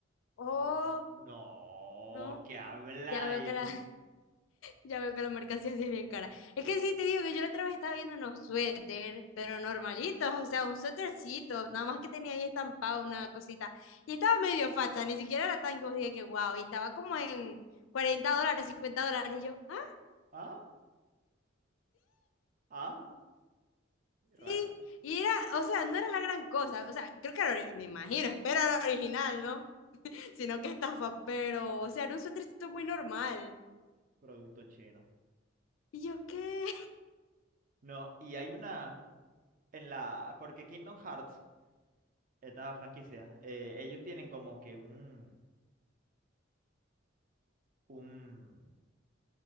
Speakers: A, on the left; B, on the right.
A: <laughs> Oh,
B: Y yo, No,
A: no.
B: ¿qué habláis?
A: Ya veo que la, Ya veo que la mercancía sí es bien cara. Es
B: Eh,
A: que sí, te digo que yo la otra vez estaba viendo unos suéter, pero normalitos, o sea, un suétercito, nada más que tenía ahí estampado una cosita. Y estaba medio facha, ni siquiera era tan que os diga que wow, y estaba como en 40 dólares, cincuenta dólares, y yo, ah,
B: ¿Ah? ¿Ah?
A: sí.
B: Rayos.
A: Y era, o sea, no era la gran cosa, o sea, creo que era, ori- me imagino, espero era original, ¿no? Sino que estafa, pero, o sea, era un suétercito muy normal.
B: Producto chino.
A: Y yo, ¿qué?
B: No, y hay una en la, porque Kingdom Hearts, esta franquicia, eh, ellos tienen como que un, un,